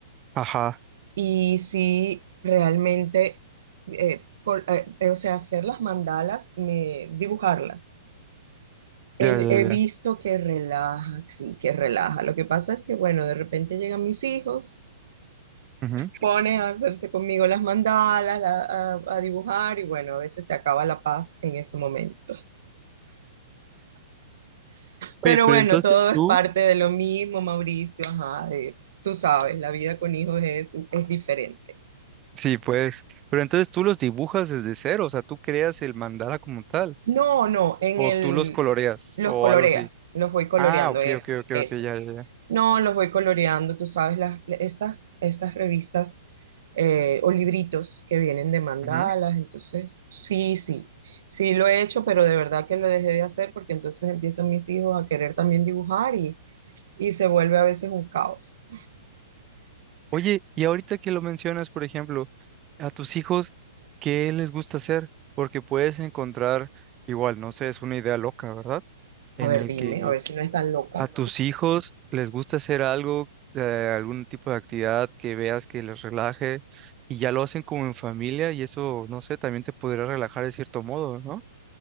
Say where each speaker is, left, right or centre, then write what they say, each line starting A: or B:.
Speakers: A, on the right; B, on the right.
A: Ajá,
B: y sí, realmente, eh, col- eh, eh, o sea, hacer las mandalas, me, dibujarlas. He,
A: ya, ya,
B: he visto
A: ya.
B: que relaja, sí, que relaja. Lo que pasa es que, bueno, de repente llegan mis hijos,
A: ujú.
B: ponen a hacerse conmigo las mandalas, la- a a dibujar y bueno, a veces se acaba la paz en ese momento.
A: Oye,
B: Pero
A: pero
B: bueno,
A: entonces
B: todo es
A: tú,
B: parte de lo mismo, Mauricio, ajá, de- tú sabes, la vida con hijos es, es diferente.
A: Sí, pues, pero entonces tú los dibujas desde cero, o sea, tú creas el mandala como tal.
B: No, no, en
A: O
B: el,
A: tú los coloreas,
B: los
A: o
B: coloreas,
A: algo así.
B: los voy coloreando,
A: Ah, ok,
B: eso,
A: ok, ok,
B: eso.
A: ok, ya, ya, ya.
B: No, los voy coloreando, tú sabes, las, esas, esas revistas eh, o libritos que vienen de mandalas,
A: Ujú.
B: entonces, sí, sí, sí lo he hecho, pero de verdad que lo dejé de hacer porque entonces empiezan mis hijos a querer también dibujar y, y se vuelve a veces un caos.
A: Oye, y ahorita que lo mencionas, por ejemplo, a tus hijos, ¿qué les gusta hacer? Porque puedes encontrar, igual, no sé, es una idea loca, ¿verdad?
B: A
A: En
B: ver,
A: el
B: dime,
A: que
B: a ver si no es tan loca.
A: a tus hijos les gusta hacer algo, eh, algún tipo de actividad que veas que les relaje, y ya lo hacen como en familia, y eso, no sé, también te podría relajar de cierto modo, ¿no?